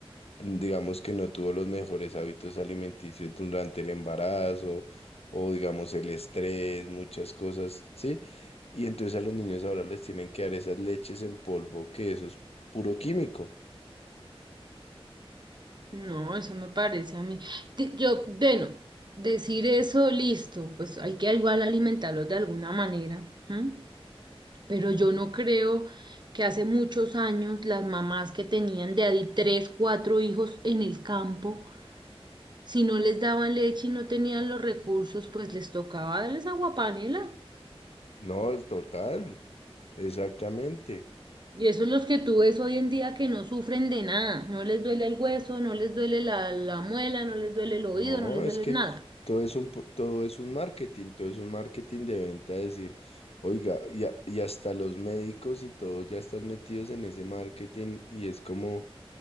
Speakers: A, on the left; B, on the right.
A: digamos que no tuvo los mejores hábitos alimenticios durante el embarazo o digamos el estrés, muchas cosas, ¿sí? Y entonces a los niños ahora les tienen que dar esas leches en polvo, que eso es puro químico.
B: no, eso me parece a mí. De- yo, bueno, decir eso, listo, pues hay que igual alimentarlos de alguna manera, ¿m? Pero yo no creo que hace muchos años las mamás que tenían de a di- tres, cuatro hijos en el campo, Si no les daban leche y no tenían los recursos, pues les tocaba darles aguapanela.
A: No, el total, exactamente.
B: Y esos los que tú ves hoy en día que no sufren de nada. No les duele el hueso, no les duele la, la muela, no les duele el oído,
A: No,
B: no les
A: es
B: duele
A: que
B: nada.
A: todo es un, pro- todo es un marketing, todo es un marketing de venta, decir, oiga, y, a- y hasta los médicos y todos ya están metidos en ese marketing y es como...